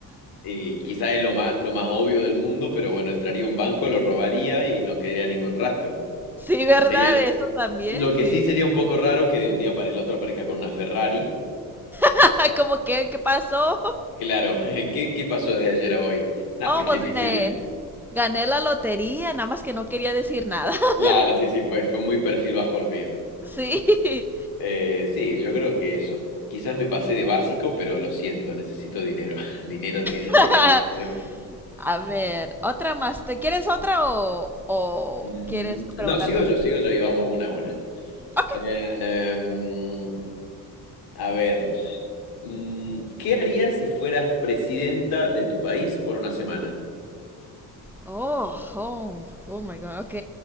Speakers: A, on the left; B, in the centre.
A: y quizás es lo más, lo más obvio del mundo, pero bueno, entraría a un banco, lo robaría y no quedaría ningún rastro.
B: Sí, ¿verdad?
A: Y sería,
B: Eso también,
A: lo que
B: sí.
A: sí sería un poco raro que de un día para el otro aparezca con una Ferrari.
B: <laughs> ¿Cómo que, ¿qué pasó?
A: Claro, <laughs> ¿qué, qué pasó desde ayer a hoy? Nada,
B: Oh,
A: me hice
B: pues
A: invisible.
B: me gané la lotería, nada más que no quería decir nada. <laughs>
A: Claro, sí, sí, pues fue muy perfil bajo lo mío.
B: Sí.
A: Eh, sí, yo creo que eso. Quizás me pasé de básico, pero lo siento, necesito dinero. <laughs> Dinero, dinero,
B: <laughs>
A: dinero, dinero.
B: A ver, otra más. ¿Te quieres otra o, o
A: Mm,
B: quieres
A: No,
B: preguntarme
A: sigo
B: una?
A: yo, sigo yo y vamos una a una.
B: Ok,
A: Eh, mm, a ver, mm, ¿qué harías si fueras presidenta de tu país por una semana?
B: Oh, home. Oh my God. Ok.